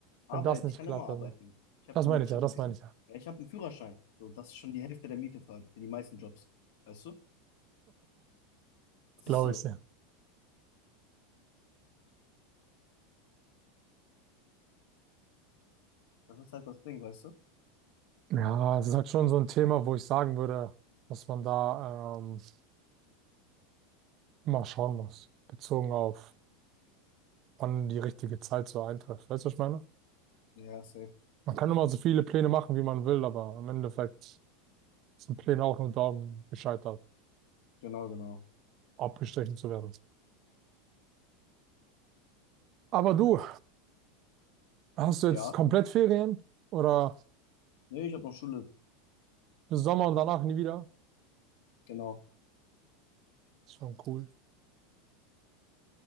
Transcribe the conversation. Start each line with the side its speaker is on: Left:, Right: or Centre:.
Left: Arbeit,
Right: Wenn das nicht
Left: ich kann
Right: klappt,
Left: immer arbeiten.
Right: dann.
Left: Ich habe
Right: Das
Left: einen,
Right: meine
Left: ich
Right: ich ja,
Left: habe
Right: das
Left: einen Führ
Right: meine ich ja.
Left: ja, ich habe einen Führerschein. So, das ist schon die Hälfte der Miete für, für die meisten Jobs. Weißt du? Das
Right: Glaube
Left: ist so.
Right: ich ja.
Left: Das ist halt das Ding, weißt du?
Right: Ja, es ist halt schon so ein Thema, wo ich sagen würde, dass man da ähm, immer schauen muss, bezogen auf, wann die richtige Zeit so eintrifft. Weißt du, was ich meine?
Left: Ja, ja, safe.
Right: Man kann immer so viele Pläne machen, wie man will, aber im Endeffekt sind Pläne auch nur darum gescheitert.
Left: Genau, genau.
Right: abgestrichen zu werden. Aber du, hast du jetzt
Left: Ja.
Right: komplett Ferien oder
Left: Nee, ich habe noch Schule.
Right: bis Sommer und danach nie wieder?
Left: Genau.
Right: Ist schon cool.